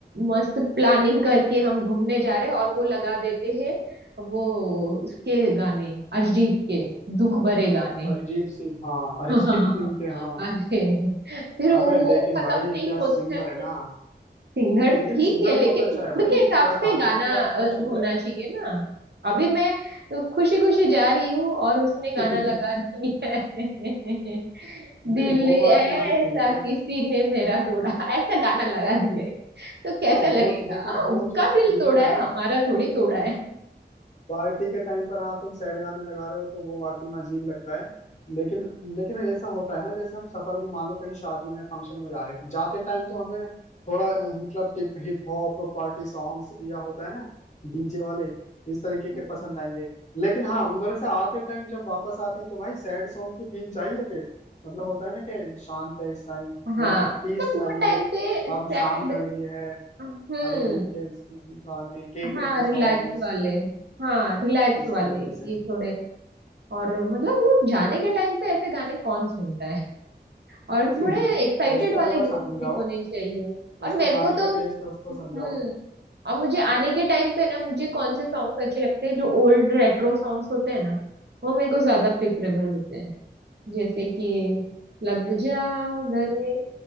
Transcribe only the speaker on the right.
मस्त प्लानिंग करके हम घूमने जा रहे हैं और वो लगा देते हैं वो उसके गाने अरिजीत के दुख भरे गाने
<laughs>
हाँ
अरे फिर वो
वो खत्म
नहीं
होता
है
सिंगर ठीक
है
लेकिन
मूड
के हिसाब
से
गाना
अ,
होना
चाहिए ना अभी मैं खुशी खुशी जा रही हूँ और उसने
गाना लगा दिया है <laughs> दिल
ऐसा
किसी ने मेरा तोड़ा ऐसा गाना लगा
दे तो कैसा
लगेगा
हाँ
उसका
दिल
तोड़ा
है
हमारा थोड़ी तोड़ा है
<laughs>
हम्म।
हाँ
मतलब वो
टाइम पे सैड
हम्म
हाँ
रिलैक्स
वाले हाँ रिलैक्स
वाले
कि
थोड़े और मतलब वो जाने के टाइम पे ऐसे गाने कौन सुनता है और
थोड़े एक्साइटेड
वाले
म्यूजिक
होने चाहिए और
मेरे
को
तो
हम्म
और मुझे आने के टाइम पे ना मुझे कौन से सॉन्ग्स अच्छे लगते हैं जो ओल्ड रेट्रो सॉन्ग्स होते हैं ना वो मेरे को ज्यादा प्रेफरेबल होते हैं जैसे कि लग जा गले